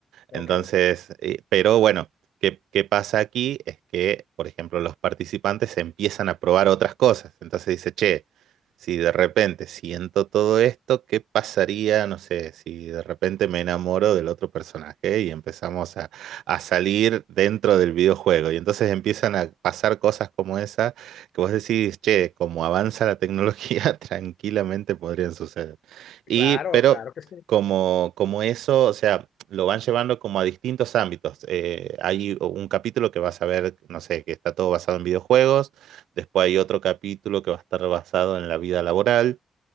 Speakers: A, on the left (about 70°); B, on the right (about 85°).
A: Ok.
B: Entonces, eh, pero bueno, ¿qué, qué pasa aquí? Es que, por ejemplo, los participantes empiezan a probar otras cosas. Entonces dice, che, si de repente siento todo esto, ¿qué pasaría? No sé, si de repente me enamoro del otro personaje y empezamos a, a salir dentro del videojuego. Y entonces empiezan a pasar cosas como esa que vos decís, che, como avanza la tecnología, <laughs> tranquilamente podrían suceder. Y,
A: Claro,
B: pero
A: claro que sí.
B: como, como eso, o sea, lo van llevando como a distintos ámbitos. Eh, hay un capítulo que vas a ver, no sé, que está todo basado en videojuegos, después hay otro capítulo que va a estar basado en la vida laboral